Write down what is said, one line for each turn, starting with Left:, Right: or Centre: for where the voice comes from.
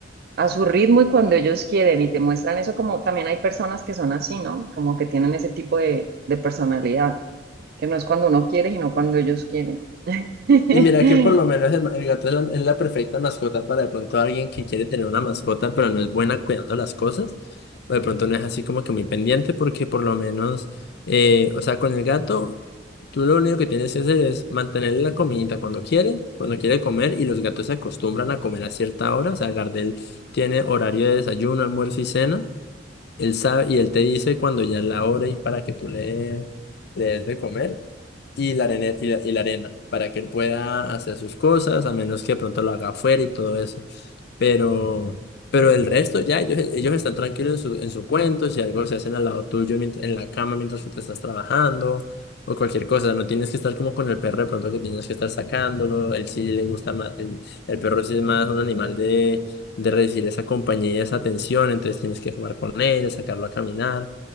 Right: a su ritmo y cuando ellos quieren y te muestran eso como también hay personas que son así, ¿no? Como que tienen ese tipo de, de personalidad, que no es cuando uno quiere, sino cuando ellos quieren. <laughs>
Left: Y mira que por lo menos el, el gato es la, es la perfecta mascota para de pronto alguien que quiere tener una mascota, pero no es buena cuidando las cosas, o de pronto no es así como que muy pendiente, porque por lo menos, eh, o sea, con el gato, tú lo único que tienes que hacer es mantenerle la comidita cuando quiere, cuando quiere comer, y los gatos se acostumbran a comer a cierta hora, o sea, Gardel tiene horario de desayuno, almuerzo y cena. Él sabe, y él te dice cuando ya es la hora y para que tú le, le des de comer y la arena, y la, y la arena, para que él pueda hacer sus cosas, a menos que de pronto lo haga afuera y todo eso. Pero, pero el resto ya, ellos, ellos están tranquilos en su, en su cuento, si algo se hacen al lado tuyo mient- en la cama mientras tú te estás trabajando o cualquier cosa, no tienes que estar como con el perro de pronto que tienes que estar sacándolo, él sí le gusta más, el, el perro sí es más un animal de recibir esa compañía y esa atención, entonces tienes que jugar con él, sacarlo a caminar.